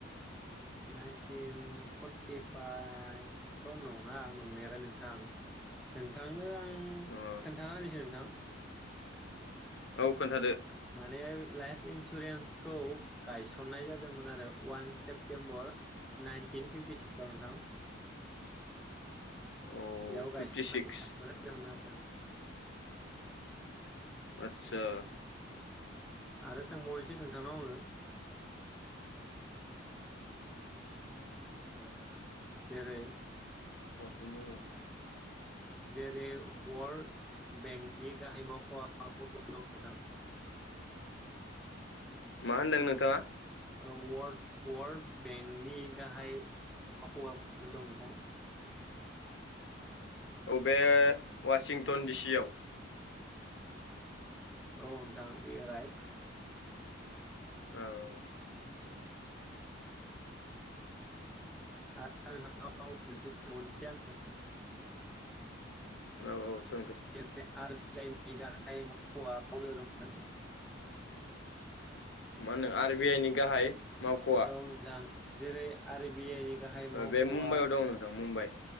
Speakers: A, in the centre; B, on the left.
A: नाइनटिन फर्टिफाइभथ' नङा नंनायालाय नोंथां नोंथांनो आं
B: औ
A: खोन्थानानिसै नोंथां।
B: औ खोन्थादो।
A: माने लाइफ इन्सुरेन्सखौ गायसननाय जादोंमोन आरो अवान सेप्तेम्बर नाइनटिन फिफटिसिक्सआव नोंथां।
B: औ
A: बियाव गायस'नाय
B: फिफ्टि सिक्स
A: गायस'नाय जादोंमोन आरो। औ।
B: आतसा
A: आरो सोंबावनोसै नोंथांनाव आङो ओ जेरै
B: <unintelligible>
A: जेरै वर्लड बेंकनि गाहाय मावख'आ बबेयाव दं नोंथां?
B: मा होनदों नोंथाङा?
A: वार वर्ड बेंकनि गाहाय मावख'वा बबेयाव दं नोंथां
B: औ बे वासिंटन डि सि आव
A: औ नोंथां बियो राइट
B: औ
A: आरो नोंथां आव मोनसे सोंबावनसै आङो
B: औ औ सोंदो
A: जेरै आर बि आइ नि गाहाय मावख'वा बबेयाव दं नोंथां
B: मा होनो आर बि आइ नि गाहाय मावख'वा
A: औ नोंथां जेरै आर बि आइ गाहाय मावख'आ
B: बे मुम्बायाव दं नोंथां मुम्बाइ